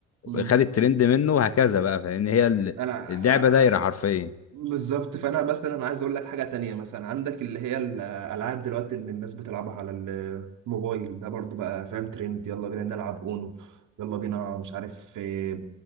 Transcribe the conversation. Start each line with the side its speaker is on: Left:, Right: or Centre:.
Right: امم
Left: خد الترند منه وهكذا بقى فاهم هي ال-
Right: انا
Left: اللعبه
Right: آه،
Left: دايره حرفيا
Right: بالظبط فانا مثلا انا عايز اقول لك حاجه تانية مثلا عندك اللي هي الالعاب دلوقتي اللي الناس بتلعبها على الموبايل ده برضو بقى فاهم ترند يلا بينا نلعب اونو يلا بينا مش عارف آه،